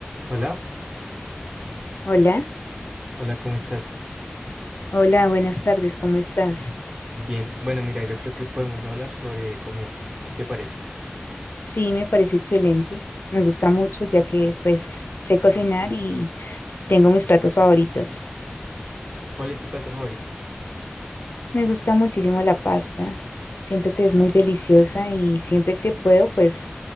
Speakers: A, on the right; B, on the left.
A: Hola,
B: Hola,
A: hola, ¿cómo estás?
B: hola, buenas tardes, ¿cómo estás?
A: Bien, bueno, mira, yo creo que podemos hablar sobre comida. ¿Qué te parece?
B: Sí, me parece excelente. Me gusta mucho ya que pues sé cocinar y tengo mis platos favoritos.
A: ¿Cuál es tu plato favorito?
B: Me gusta muchísimo la pasta. Siento que es muy deliciosa y siempre que puedo pues